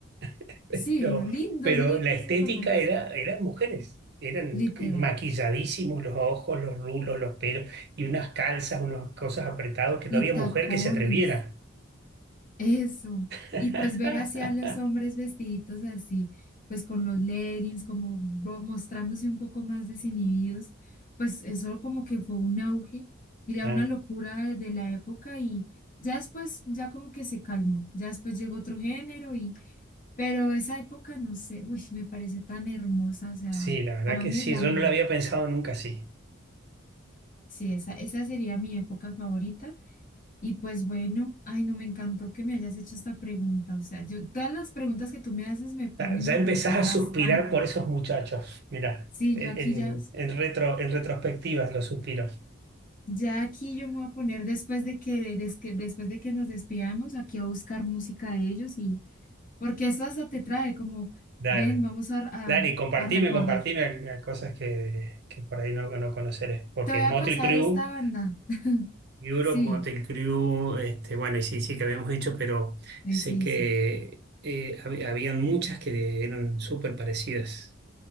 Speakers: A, on the right; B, on the left.
A: <laughs> pero,
B: Sí, lindos,
A: pero
B: lindos,
A: la estética
B: mamás,
A: era, eran mujeres, eran
B: literal.
A: maquilladísimos los ojos, los rulos, los pelos, y unas calzas, unas cosas apretadas que
B: Y
A: no había
B: tacones,
A: mujer que se atreviera.
B: eso.
A: <laughs>
B: Y pues ver hacia los hombres vestiditos así, pues con los leggings, como bo- mostrándose un poco más desinhibidos, pues eso como que fue un auge, diría
A: Claro.
B: una locura de, de la época y ya después, ya como que se calmó, ya después llegó otro género y, pero esa época, no sé, uy, me parece tan hermosa, o sea,
A: Sí, la verdad
B: para
A: que
B: mí
A: sí,
B: es la
A: yo
B: mejor.
A: no lo había pensado nunca así.
B: Sí, esa, esa sería mi época favorita. Y pues bueno, ay, no me encantó que me hayas hecho esta pregunta. O sea, yo, todas las preguntas que tú me haces me ponen
A: Ya, ya
B: a
A: empezás
B: pensar
A: a
B: bastante.
A: suspirar por esos muchachos. Mirá,
B: Sí,
A: en,
B: yo aquí
A: en-
B: ya,
A: en retro, en retrospectivas los suspiros.
B: ya aquí yo me voy a poner después de que, des- que- después de que nos despidamos, aquí a buscar música de ellos y porque eso hasta te trae como,
A: Dale,
B: ven, vamos a, a,
A: dale, y compartime,
B: a recordar.
A: compartime a- a cosas que, que por ahí no, no conoceré. Porque
B: Te voy
A: Motel
B: a pasar
A: Crew,
B: esta banda.
A: Europe,
B: Sí,
A: Motel Crew, este, bueno, y sí, sí que habíamos dicho, pero
B: ay,
A: sé
B: sí,
A: que
B: sí.
A: eh, hab- habían muchas que eran súper parecidas.